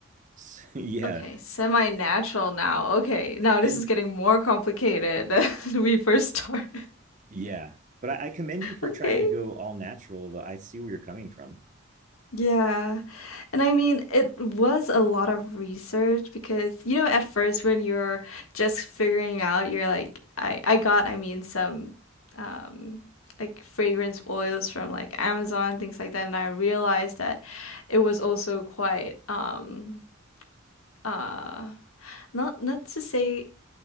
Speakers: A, on the right (about 35°); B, on the left (about 85°).
A: <laughs> yeah.
B: Okay, semi natural now. Okay, now this
A: And
B: is getting more complicated <laughs> than we first started.
A: Yeah. But I, I commend you for
B: Okay.
A: trying to go all natural, though. I see where you're coming from.
B: Yeah. And I mean, it was a lot of research because, you know, at first when you're just figuring out, you're like, I, I got, I mean, some um, like fragrance oils from like Amazon, things like that. And I realized that it was also quite, um, uh, not, not to say